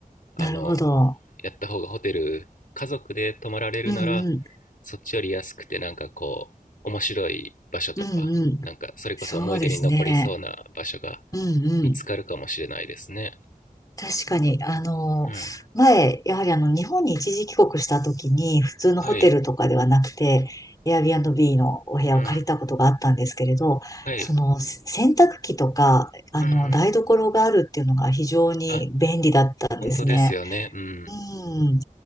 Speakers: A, on the left (about 70°); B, on the left (about 25°).
A: あの
B: なるほど。
A: やった方がホテル家族で泊まられるなら
B: うんうん。
A: そっちより安くてなんかこう面白い場所とかなんかそれこそ思い出に残りそうな場所が
B: うんうん。そうですね。うんう
A: 見つかるかもしれないですね。
B: ん。確かに、あの、
A: うん。
B: 前、やはりあの、日本に一時帰国した時に、普通のホテルとかではなくて、
A: はい。
B: Airbnb のお部屋を借りたことがあったんですけれど、
A: うん。はい。
B: その、せ洗濯機とか、あの、
A: うんうん。
B: 台所があるっていうのが非常に便利だったんですね。
A: あ、本当ですよね。うん。
B: うん、